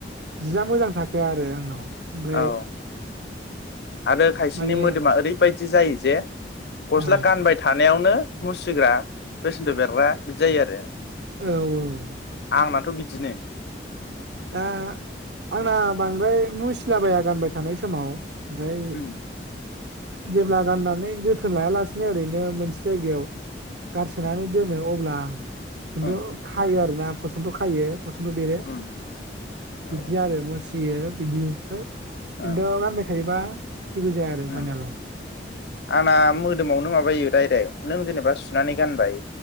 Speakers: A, on the right; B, on the left.
A: जिया मोजां थाखाया आरो आंनाव ओमफ्राय।
B: औ आरो खायसेनि
A: माने
B: मोदोमा ओरैबायदि जायो जे गस्ला
A: औ
B: गानबाय था बेयावनो मुसिग्रा बेसेनट बेरग्रा बिदि जायो आरो
A: औ औ
B: आंना। थ बिदिनो
A: दा आंना बांद्राय मुसिलाबाया गानबाय थानाय समाव ओमफाय
B: उम
A: जेब्ला गाननानै जोथोन लायालासिनो ओरैनो मोनसे जायगायाव गारसोनानै दोनो अब्ला खिन्थु
B: उम
A: खायो आरो ना फस जथ खायो खसलु बेरो
B: उम औ
A: बिदि आरो मुसियो बिदि है खिन्थु
B: ओं
A: गानबाय थायोबा सिबो जाया आरो
B: उम
A: <inaudible>
B: आंना मोदोमावनो माबायो डाइरेक्ट नों जेनेबा सुनानै गानबाय।